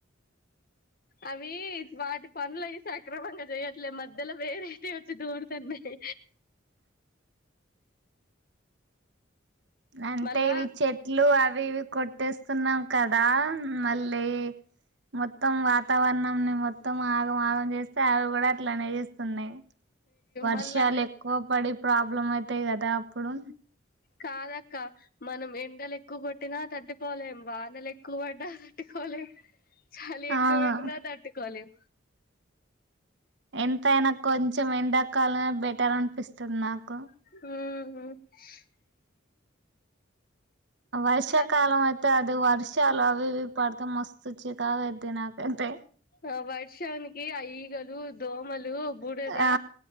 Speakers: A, on the left; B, on the right.
A: అవి వాటి పనులు అవి సక్రమంగా చెయట్లే మధ్యలో వేరేటివి వచ్చి దూరుతున్నాయి
B: అంటే
A: మళ్ళా
B: ఇవి చెట్లు అవి ఇవి కొట్టేస్తున్నాం కదా మళ్ళీ మొత్తం వాతావరణం ని మొత్తం ఆగం ఆగం చేస్తే అవి కూడా అట్లానే చేస్తున్నాయి వర్షాలు
A: మళ్ళా
B: ఎక్కువ పడి ప్రాబ్లమ్ అయితాయి కదా అప్పుడు
A: కాదక్క మనం ఎండలు ఎక్కువ కొట్టినా తట్టుకోలేం వానలు ఎక్కువ పడ్డా తట్టుకో లేం చలి ఎక్కువ
B: అవును
A: బెట్టినా తట్టుకోలేం
B: ఎంతైనా కొంచెం ఎండాకాలమే బెటర్ అనిపిస్తుంది నాకు
A: <unintelligible>
B: వర్షాకాలం
A: చ
B: అయితే అది వర్షాలు అవివి పడతే మస్ సుచ్చ్ తాగద్దు నాకంతే
A: ఆ వర్షానికి ఆ ఈగలు దోమలు బురద
B: ఆ